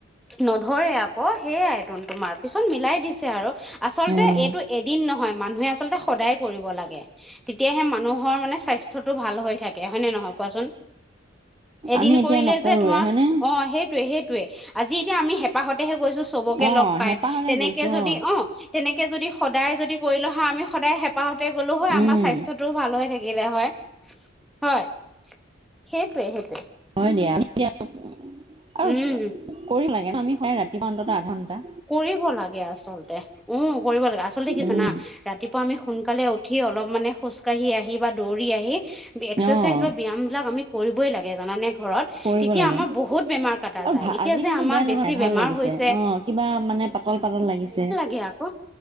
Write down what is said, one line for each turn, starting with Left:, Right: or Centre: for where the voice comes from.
Centre: নধৰে আকৌ সেইয়াই টোন তোমাৰ, পিছত মিলাই দিছে আৰু আচলতে
Right: অ',
Centre: এইটো এদিন নহয়, মানুহে আচলতে সদায় কৰিব লাগে, তেতিয়াহে মানুহৰ মানে স্বাস্থ্যটো ভাল হৈ থাক হয় নে নহয় কোৱাচোন? এদিন
Right: আমি এতিয়া
Centre: কৰিলে
Right: নকৰোৱে
Centre: যে তোমাৰ
Right: হয়নে?
Centre: অঁ সেইটোৱে সেই টোৱে, আজি এতিয়া আমি হেঁপাহতেহে গৈছো চবকে
Right: অ',
Centre: লগ পাই,
Right: হেঁপাহতে
Centre: তেনেকে
Right: গৈছো
Centre: যদি
Right: অ'।
Centre: অঁ তেনেকে যদি সদায় যদি কৰিলো হয়, আমি সদায় হেঁপাহতে গ'লো হয়,
Right: উম,
Centre: আমাৰ স্বাস্থ্য টো ভাল হৈ থাকিলে হয়, হয়? সেইটোৱে সেইটোৱে।
Right: হয়, দিয়া <unintelligible> আৰু
Centre: উম
Right: কৰিব লাগে আমি হয়, ৰাতিপুৱা অন্তত আধা ঘণ্টা।
Centre: কৰিব লাগে আচলতে উম, কৰিব লাগে, আচলতে কি
Right: উম,
Centre: জানা? ৰাতিপুৱা আমি সোনকালে উঠি অলপ মানে খোজকাঢ়ি আহি বা দৌৰি আহি এক্সাৰচাইজ
Right: অ',
Centre: বা ব্যায়াম বিলাক আমি কৰিবই লাগে জানানে ঘৰত
Right: কৰিব
Centre: তেতিয়া
Right: লাগে।
Centre: আমাৰ বহুত বেমাৰ কাটা
Right: আৰু
Centre: যায়,
Right: ভা
Centre: এতিয়া
Right: আজি
Centre: যে
Right: কিন্তু
Centre: আমাৰ
Right: বেয়া লগা
Centre: বেছি
Right: নাই ভাল
Centre: বেমাৰ
Right: লাগিছে
Centre: হৈছে
Right: অ', কিবা মানে পাতল পাতল লাগিছে।
Centre: দিয়া আকৌ।